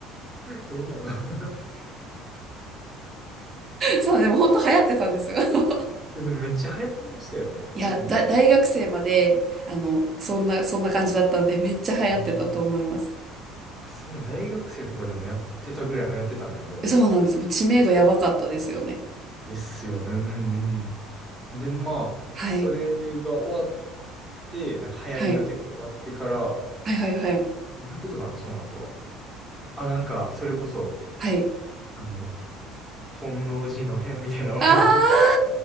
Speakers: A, in the centre; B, on the right.
A: 変なの。<laughs>
B: そう、でも本当流行ってたんですよ。<laughs>
A: いや、でもめっちゃ流行ってましたよね。
B: いや、
A: うん。
B: だ、大学生まで、あの、そんな、そんな感じだったんで、めっちゃ流行ってたと思います。
A: うん。あそう、大学生とかでもやってたぐらい流行ってたんや、じゃあ。
B: そうなんです。もう知名度やばかったですよね。
A: ですよね。うんうん。で、まあ、
B: はい。
A: それが終わって、なんか流行りが結構終わってから、
B: はい。はいはいはい。
A: なってたかな、その後。あ、なんか、それこそ、
B: はい。
A: あの、本能寺の変みたいな、わかります
B: あー、